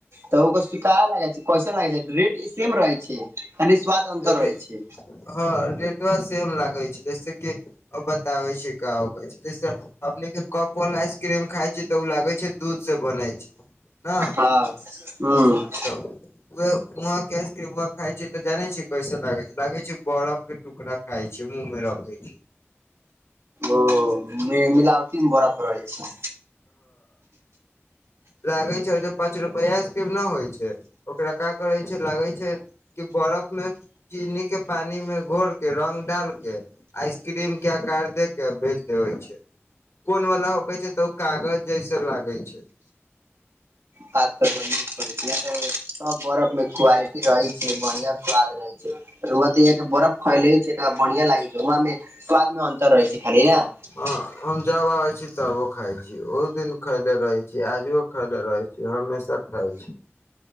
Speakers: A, on the right; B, on the left.
A: तऽ ओकर सिक लागै छै कैसा लागै छै रेट सेम रहै छै खाली स्वाद अन्तर
B: रे
A: रहै छै
B: हँ रेटवा सेम लागै छै जैसे बताबे छै का होखैय छै जय तरह अपने के कप वाल आइसक्रीम खााय छी तऽ ओ लागे छै दूध से बनै छै ने
A: हँ हँ
B: तऽ उहे उहां के आईस क्रीमबा खााय छी तऽ जाने छी कैसे लागे छै लागे छै बरफ के टुकरा खाइ छै मुह मे रखै छी
A: ओ मिलावटी में बरफ रहै छै
B: लागै छै ओ जे पाँच रुपआ के न होइ छै ओकरा क करै छै लागै छै कि बर्फ मे चीनी के पानी मे घोर के रंग डाल के आइसक्रीम के आकार दे के भेज देबे छै कोन वला होकै छै तऽ ओ कागज जैसे लागै छै
A: पातर त सब बरफ में क्वालिटी रहै छै बढ़िया स्वाद रहे छै रऊआ त ईहां बरफ खेले छै तऽ बढ़िया लागे छै हुआमे स्वाद मे अन्तर रहै छै खाली न
B: हँ हम जब अबे छी तबो खाय छी उ दिन खायले रहे छी आजो खायले रहे छी हमेशा खाय अछै